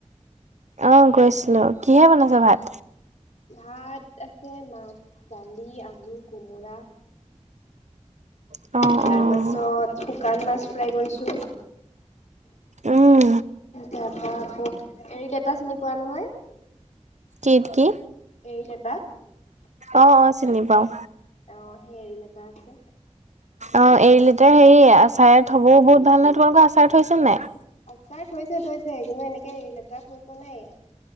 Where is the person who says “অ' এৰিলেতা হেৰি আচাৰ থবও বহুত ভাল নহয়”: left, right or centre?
Right